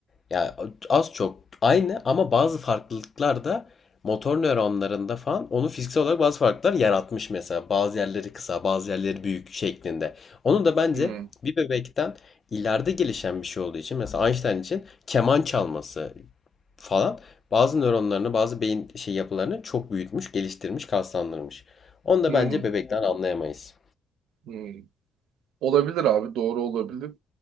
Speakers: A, on the left; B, on the right.
A: ya az çok aynı ama bazı farklılıklar da motor nöronlarında falan onu fiziksel olarak bazı farklılıklar yaratmış mesela. Bazı yerleri kısa, bazı yerleri büyük şeklinde. Onu da bence
B: Hı.
A: bir bebekten ileride gelişen bir şey olduğu için mesela Einstein için keman çalması falan bazı nöronlarını, bazı beyin şey yapılarını çok büyütmüş, geliştirmiş, kaslandırmış. Onu da
B: Hı.
A: bence bebekten anlayamayız.
B: Hı. Olabilir abi doğru olabilir.